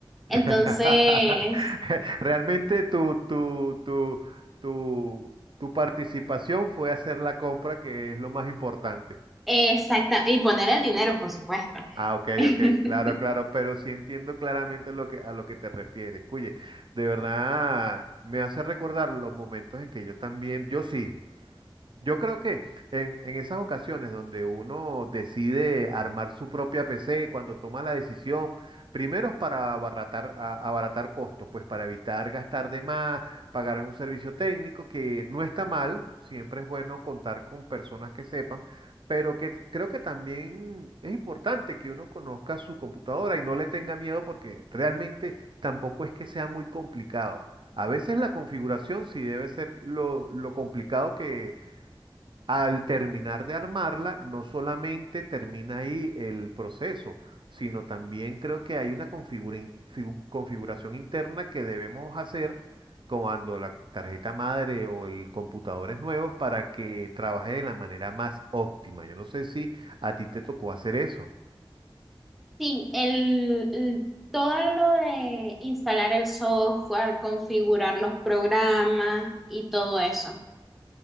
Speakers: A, in the centre; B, on the right.
A: entonces,
B: <laughs> Realmente tu, tu, tu, tu, tu participación fue hacer la compra, que es lo más importante.
A: exacta, y poner el dinero, por supuesto.
B: Ah, ok,
A: <laughs>
B: ok, claro, claro, pero sí entiendo claramente lo que, a lo que te refieres. Oye, de verdad me hace recordar los momentos en que yo también, yo sí, Yo creo que en, en esas ocasiones donde uno decide armar su propia PC, cuando toma la decisión, primero es para abaratar, a- abaratar costos, pues para evitar gastar de más, pagar en un servicio técnico, que no está mal, siempre es bueno contar con personas que sepan, pero que t- creo que también es importante que uno conozca su computadora y no le tenga miedo porque realmente tampoco es que sea muy complicado. A veces la configuración sí debe ser lo, lo complicado que al terminar de armarla, no solamente termina ahí el proceso, sino también creo que hay una configura- in- figu- configuración interna que debemos hacer cuando la tarjeta madre o el computador es nuevo para que trabaje de la manera más óptima. Yo no sé si a ti te tocó hacer eso.
A: Sí, el, el- todo lo de instalar el software, configurar los programas y todo eso.